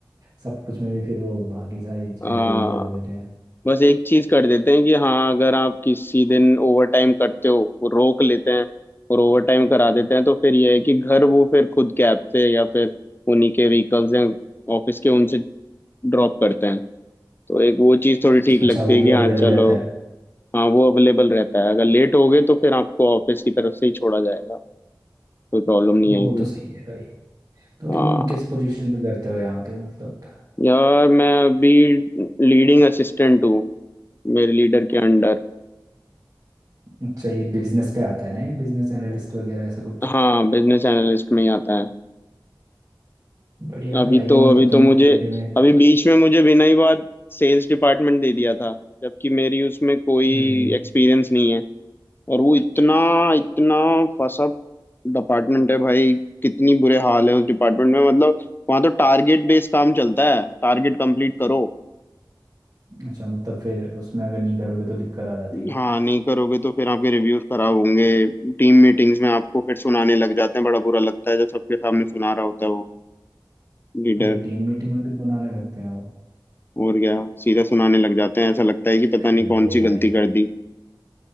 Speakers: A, on the right; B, on the left.
A: सब कुछ में भी फिर वो बाकी सारी चीजें
B: दिया
A: वही कर देते हैं
B: बस एक चीज कर देते हैं कि हाँ अगर आप किसी दिन ओवर टाइम करते हो वो रोक लेते हैं और ओवर टाइम करा देते हैं तो फिर ये है कि घर वो फिर खुद कैब से या फिर उन्हीं के व्हीकल्स हैं ऑफिस के उनसे ड्रॉप करते हैं तो एक वो चीज़ थोड़ी ठीक
A: अच्छा
B: लगती
A: वो
B: है
A: भी
B: कि
A: बिल्कुल
B: हाँ
A: अवेलेबल
B: चलो
A: रहता है
B: हाँ वो अवेलेबल रहता है अगर लेट हो गए तो फिर आपको ऑफिस की तरफ से ही छोड़ा जाएगा कोई प्रॉब्लम नहीं
A: वो
B: आएगी
A: तो सही है भाई तो तुम
B: हाँ
A: किस पोजीशन पे करते हो यहाँ पे मतलब
B: यार मैं अभी लीडिंग असिस्टेंट हूँ मेरे लीडर के अंडर
A: अच्छा ये बिजनेस पे आता है ना ये बिजनेस एनालिस्ट वगैरह ऐसा कुछ
B: हाँ बिजनेस एनालिस्ट में ही आता है
A: बढ़िया
B: अभी
A: है भाई ये
B: तो
A: मतलब
B: अभी
A: तुमने
B: तो मुझे
A: फील्ड में
B: अभी बीच में मुझे बिना ही बात सेल्स डिपार्टमेंट दे दिया था जबकि मेरी उसमें कोई
A: अरे
B: एक्सपीरियंस नहीं है और वो इतना इतना फसा डिपार्टमेंट है भाई कितनी बुरे हाल है उस डिपार्टमेंट में मतलब वहाँ तो टारगेट बेस्ड काम चलता है टारगेट कंप्लीट करो
A: अच्छा मतलब फिर उसमें अगर नहीं करोगे तो दिक्कत आ जाती है
B: हाँ नहीं करोगे तो फिर आपके रिव्यूज खराब होंगे टीम मीटिंग्स में आपको फिर सुनाने लग जाते हैं बड़ा बुरा लगता है जब सबके सामने सुना रहा होता है वो लीडर
A: और जो टीम मीटिंग में भी तो बनाने लगते हैं वो
B: और क्या सीधा सुनाने लग जाते हैं ऐसा लगता है कि पता
A: हाँ,
B: नहीं कौन
A: ये
B: सी गलती
A: भाई
B: कर दी